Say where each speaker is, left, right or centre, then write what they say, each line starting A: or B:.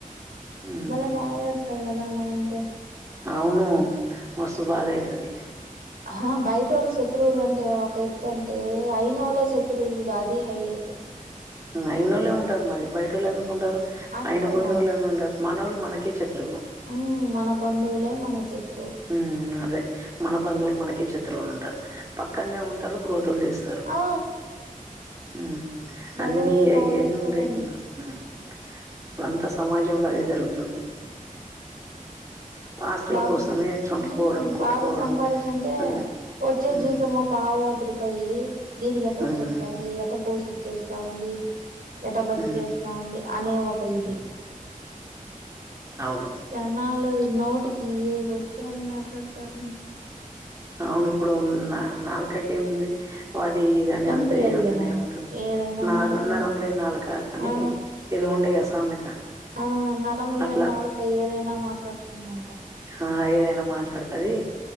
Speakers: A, on the right; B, on the right.
A: మ్మ్.
B: భలే బాధేస్తాది కదా అలా ఉంటే
A: అవును మస్తు బాధ అయితాది
B: హాబయటోళ్ళు శత్రువులు అంటే ఒక ఎత్తు అంటే అయినోళ్ళే శత్ తృలు చూడు అది హైలైట్
A: అయినోళ్ళే ఉంటారు మరి బయటోళ్ళు ఎందుకు ఉంటారు
B: అదే
A: అయిన
B: కదా
A: పోయినోళ్ళు అని ఉండరు మనోళ్ళు మనకే శత్రువు
B: ఊ మన బంధువులే మనకి శత్
A: ఊ అదే మన బంధువులు మనకే శత్రువులు ఉంటారు పక్కన్నే ఉంటారు గో తులు తీస్తరు
B: ఆ
A: ఊ
B: భలే
A: అన్నీ
B: బాధేస్తదండి
A: అయ్యేది ఉంటాయి <inaudible> ఊ ఇప్పుడంతా సమాజంలో అదే జరుగుతుంది ఆస్తుల
B: బాగు
A: కోసమే చంపుకోవడం
B: ఊమ్
A: కొట్టుకోవడం
B: బాగా సంపారిచ్చంటే
A: అన్నీ
B: వచ్చే
A: హ్మ్
B: జీతము పావలా అద్దురూ పాయి దీనికి ఎట్ట
A: హ్మ్
B: వచ్చేస్తాంది ఎట్ట పోషిచ్చేస్తాంది ఎట్ట బతికేస్తా
A: హ్మ్
B: ఉంది అనే ఒక ఇది
A: అవును
B: జనాలు నోటికి ఏదొస్తే అది మాట్లాడుతారండి
A: అవును ఇప్పుడు నాలుకకి ఏముంది వాడు ఇది అని
B: ఎముక
A: అంతే
B: లేదు
A: ఏ అంటనే
B: కదా
A: ఉంటారు
B: ఏదైనా
A: నారు
B: మాట్లాడేస్తుంది
A: నరం లేని నాలుక కానీ
B: ఆ
A: ఇదో ఉండే గా సామెత
B: ఆ నరం లేని
A: అట్లా
B: నాలుక ఏదైనా మాట్లాడుతుందంట
A: హా ఏదైనా మాట్లాడుతది